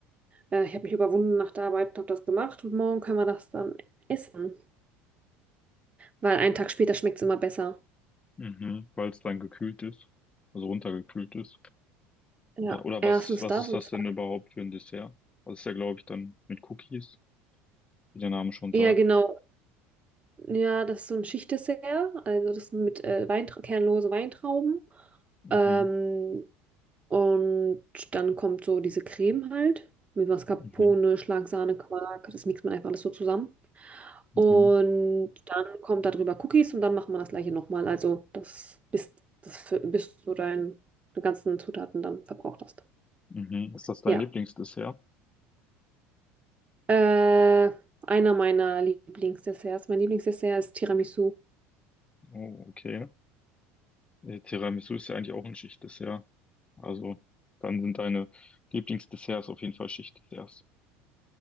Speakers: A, on the right; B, on the left.
A: Äh, ich habe mich überwunden nach der Arbeit und habe das gemacht und morgen können wir das dann essen, weil einen Tag später schmeckt es immer besser.
B: Mhm, weil es dann gekühlt ist, also runtergekühlt ist.
A: Ja,
B: Oder, oder
A: erstens
B: was, was
A: das
B: ist
A: und
B: das
A: zweitens,
B: denn überhaupt für ein Dessert? Das ist ja, glaube ich, dann mit Cookies, wie der Name schon
A: ja
B: sagt.
A: genau, ja, das ist so ein Schichtdessert, also das mit äh, Weintra kernlose Weintrauben.
B: Mhm,
A: Ähm, Und dann kommt so diese Creme halt mit Mascarpone,
B: mhm,
A: Schlagsahne, Quark. Das mixt man einfach alles so zusammen. Und
B: mhm,
A: dann kommt darüber Cookies und dann macht man das gleiche nochmal. Also das bis, das, für- bis du dein, deine ganzen Zutaten dann verbraucht hast.
B: mhm. Ist das dein
A: Ja.
B: Lieblingsdessert?
A: Äh, einer meiner Lieblingsdesserts. Mein Lieblingsdessert ist Tiramisu.
B: Oh, okay. Äh, Tiramisu ist ja eigentlich auch ein Schichtdessert. Also, dann sind deine Lieblingsdesserts auf jeden Fall Schichtdesserts.